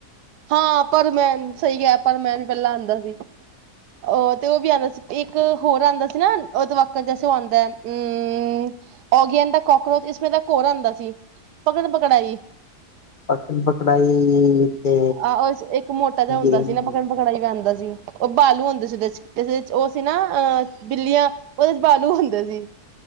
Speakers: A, on the right (about 80°); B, on the left (about 80°).
A: ਹਾਂ ਪਰ ਮੈਂਨ, ਸਹੀ ਕਿਆ ਪਰ ਮੈਂਨ ਪਹਿਲਾਂ ਆਂਦਾ ਸੀ। ਉਹ ਤੇ ਉਹ ਵੀ ਆਂਦਾ ਸੀ ਇੱਕ ਹੋਰ ਆਂਦਾ ਸੀ ਨਾ ਉਹ ਦੇਵਾਕ ਜੈਸੇ ਉਹ ਆਂਦਾ ਅਂ ਓਗੀ ਐਂਡ ਦਾ ਕਾੱਕਰੋਚ ਇਸ ਸਮੇ ਦਾ ਘੋਰ ਆਂਦਾ ਸੀ ਪਕਨ ਪਕੜਾਈ।
B: ਪਕਨ ਪਕੜਾਈ। ਤੇ
A: ਆਹੋ ਉਹਸ ਇੱਕ ਮੋਟਾ ਜਿਹਾ ਹੁੰਦਾ
B: ਗੇਮ
A: ਸੀ ਨਾ ਪਕੜਣ ਪਕੜਾਈ ਵੀ ਆਂਦਾ ਸੀ। ਉਹ ਬਾਲੂ ਹੁੰਦੇ ਸੀ ਉਹਦੇ ਚ ਜਿਦੇ ਚ ਉਹ ਸੀ ਨਾ ਅਹ ਬਿੱਲੀਆਂ ਉਹਦੇ ਚ ਬਾਲੂ ਹੁੰਦੇ ਸੀ।